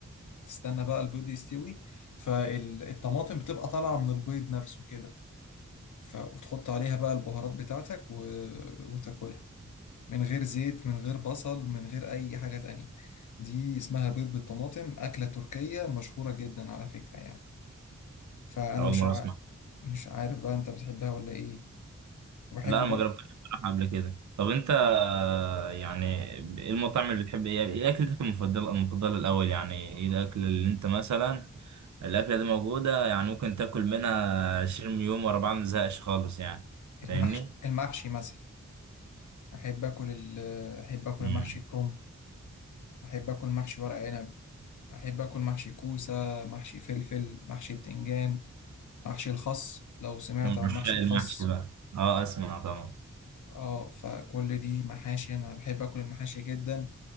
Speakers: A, on the left; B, on the right.
A: تستنى بقى البيض يستوي فالطماطم بتبقى طالعة من البيض نفسه كده ف... وتحط عليها بقى البهارات بتاعتك و... وتاكلها من غير زيت من غير بصل من غير أي حاجة تانية دي اسمها بيض بالطماطم أكلة تركية مشهورة جدا على فكرة يعني فأنا
B: أول
A: مش
B: مرة
A: ع...
B: أسمع
A: مش عارف بقى أنت بتحبها ولا إيه وبحب
B: لا أنا ما
A: برضه
B: جربتهاش بصراحة قبل كده طب أنت آه، يعني إيه المطاعم اللي بتحب إيه إيه أكلتك المفضلة المفضلة الأول يعني إيه الأكل اللي أنت مثلا الأكلة دي موجودة يعني ممكن تاكل منها 20 يوم ورا بعض مزهقش خالص يعني
A: المحشي
B: فاهمني؟
A: المحشي مثلا أحب آكل ال... أحب آكل المحشي
B: امم
A: كرنب أحب آكل محشي ورق عنب أحب آكل محشي كوسة محشي فلفل محشي بتنجان محشي الخس لو سمعت
B: من
A: عن
B: عشاق
A: محشي
B: المحشي
A: الخس
B: بقى أه أسمع طبعا
A: اه فكل دي محاشي أنا بحب آكل المحاشي جدا